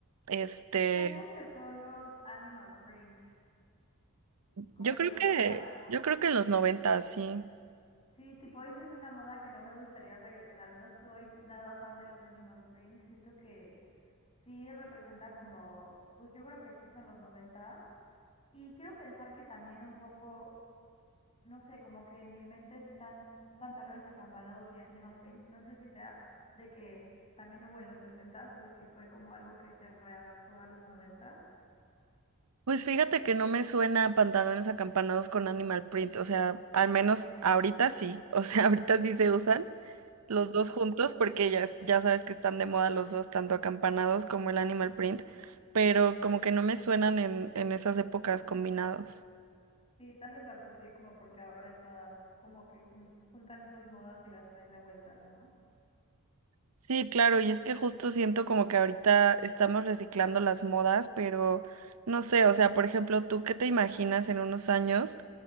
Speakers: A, on the right; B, on the left.
A: este,
B: ¿Qué año empezó los animal print? Como
A: yo
B: en
A: creo
B: los noventas,
A: que,
B: ¿no?
A: yo creo que en los noventas, sí.
B: Sí, tipo, esa es una moda que no me gustaría regresar. No soy nada fan de los animal print. Siento que sí representan como, pues yo creo que sí son los noventas. Y quiero pensar que también un poco no sé, como que en mi mente están pantalones acampanados y Animal Print. No sé si sea de que también hubo en los setentas o de que fue como algo que se readaptó a los noventas
A: Pues fíjate que no me suena pantalones acampanados con animal print, o sea, al menos ahorita sí, o sea, <laughs> ahorita sí se usan los dos juntos porque ya, ya sabes que están de moda los dos, tanto acampanados como el animal print, pero como que no me suenan en, en esas épocas combinados.
B: Sí, tal vez lo asocié como porque ahora está como que jun- juntan esas modas y las traen de vuelta, ¿no?
A: Sí, claro, y es que justo siento como que ahorita estamos reciclando las modas, pero no sé, o sea, por ejemplo, ¿tú qué te imaginas en unos años